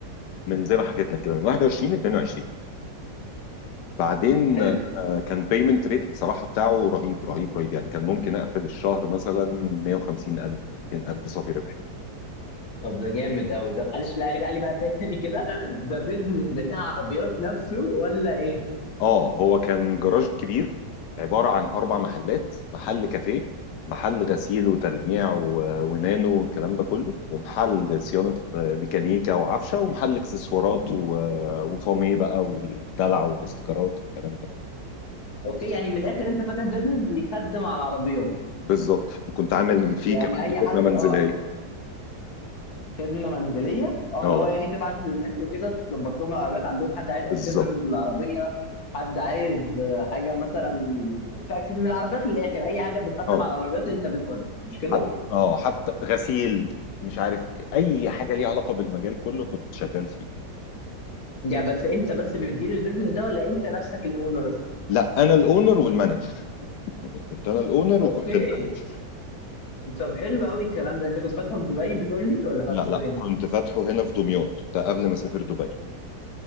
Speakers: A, on the left; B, on the left.
A: من زي ما حكيت لك كده من 21 ل 22 بعدين
B: حلو
A: آه، كان بيمنت ريت بصراحه بتاعه رهيب رهيب رهيب يعني كان ممكن اقفل الشهر مثلا 150 الف 200 الف صافي ربح
B: طب ده جامد قوي ده معلش لا ارجع لي بقى تاني كده ده بيزنس بتاع عربيات نفسه ولا ايه
A: اه هو كان جراج كبير عبارة عن أربع محلات محل كافيه محل غسيل وتلميع و- ونانو والكلام ده كله ومحل صيانة ميكانيكا وعفشة ومحل اكسسوارات و- وفوميه بقى والدلع والاستيكرات والكلام ده
B: اوكي يعني من الاخر انت فاتح بيزنس بيخدم على العربيات
A: بالظبط وكنت عامل فيه
B: يعني
A: كمان
B: اي حد
A: خدمة منزلية
B: اه خدمه منزليه اه
A: اه
B: اللي هو يعني تبعت للناس وكده تظبط لهم العربيات عندهم حد عايز اكسسوارز
A: بالظبط
B: للعربيه حد عايز آه، حاجه مثلا فأكس- من العربيات للاخر اي حاجه بتقدم
A: اه
B: على العربيات انت بتودي مش كده؟
A: حتى اه حتى غسيل مش عارف إيه. اي حاجه ليها علاقه بالمجال كله كنت شغال فيه
B: يعني بس انت بس بتدير البيزنس ده ولا انت نفسك الاونر؟
A: لا انا الاونر والمانجر يعني كنت انا الاونر
B: اوكي
A: وكنت المانجر
B: طب حلو قوي الكلام ده انت كنت فاتحه في دبي بتقول لي ولا فاتحه
A: لا لا
B: فين؟
A: كنت فاتحه هنا في دمياط ده قبل ما اسافر دبي